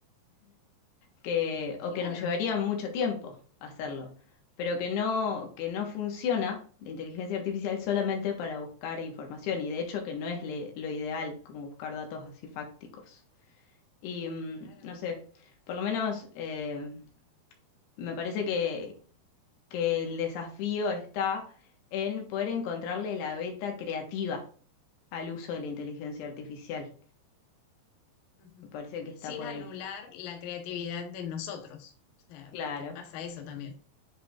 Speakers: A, on the left; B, on the left.
A: que, o
B: Claro,
A: que nos llevarían mucho tiempo hacerlo, pero que no, que no funciona la inteligencia artificial solamente para buscar información, y de hecho que no es le- lo ideal como buscar datos así fácticos. Y mm,
B: claro.
A: no sé, por lo menos eh, me parece que, que el desafío está en poder encontrarle la beta creativa al uso de la inteligencia artificial.
B: ujú.
A: Me parece que está
B: Sin
A: por
B: anular
A: ahí.
B: la creatividad de nosotros. O sea,
A: Claro,
B: porque pasa eso también.